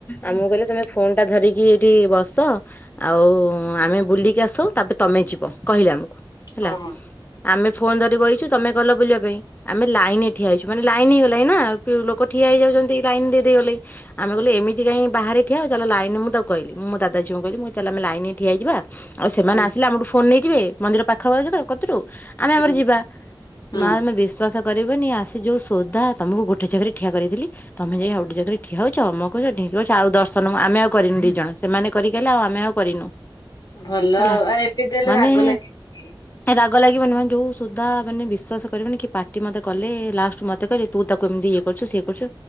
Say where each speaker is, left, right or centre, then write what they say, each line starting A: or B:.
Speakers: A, on the left; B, on the left.
A: ଆମକୁ କହିଲେ ତମେ ଫୋନ ଟା ଧରିକି ଏଇଠି ବସ ଆଉ ଆମେ ବୁଲିକି ଆସଉ ତାପରେ ତମେ ଯିବ କହିଲେ ଆମକୁ ହେଲା।
B: ହଁ ହଁ।
A: ଆମେ ଫୋନ୍ ଧରି ବଇଛୁ ତମେ ଗଲ ବୁଲିବା ପାଇଁ। ଆମେ ଲାଇନରେ ଠିଆ ହେଇଛୁ ମାନେଲାଇନ ହେଇଗଲାଣି ନା ଲୋକ ଠିଆ ହେଇଯାଉଛନ୍ତି। ଲାଇନ ଦେଇଦେଇ ଗଲେ ଆମେ
B: ହଁ
A: କହିଲୁ ଏମିତି କାଇଁ ବାହାରେ ଠିଆହେବା ଚାଲ ଲାଇ ମୁଁ ତାକୁ କହିଲି ମୋ ଦାଦା ଝିଅ କୁ କହିଲି ଚାଲେ ଆମେ ଲାଇନ ରେ ଠିଆହେଇଜିବା ଆଉ ସେମାନେ
B: ହୁଁ
A: ଆସିଲେ ଆମଠୁ ଫୋନ ନେଇଯିବେ ମନ୍ଦିର ପାଖାପାଖି ତ କତିରୁ ଆମେ
B: ହୁଁ
A: ଆମର ଯିବା।
B: ହଁ
A: ମା ଆମେ ବିଶ୍ୱାସ କରିବନି ଆସି ଯଉ ସୋଦା ତମକୁ ଗୋଟେ ଜାଗାରେ ଠିଆ କରେଇଥିଲି ତମେ ଯାଇ ଆଉଟେ ଜାଗାରେ ଠିଆ ହଉଛ ଅମକ କରୁଚ ଢିଙ୍କି କରୁଚ ଆଉ ଦରଶନ ଆମେଉ କରିନୁ ଦିଟାଜାଙ୍କ ସେମାନେ କରିକି ଗଲେ ଆଉ ଆମେ ଆଉ କରିନୁ।
B: ଭଲ
A: ହେଲା
B: ଆଉ ଆଉ ଏତେତେ ହେଲେ
A: ମାନେ
B: ରାଗ ଲାଗି
A: ରାଗ ଲାଗିବନି ମାନେ ଯେଉଁ ସୋଦା ମାନେ ବିଶ୍ୱାସ କରିବନି କି ପାଟି ମତେ କଲେ ଲାଷ୍ଟ ମତେ କହିଲେ ତୁ ତାକୁ ଏମିତି ଇଏ କରୁଛୁ ସିଏ କରୁଛୁ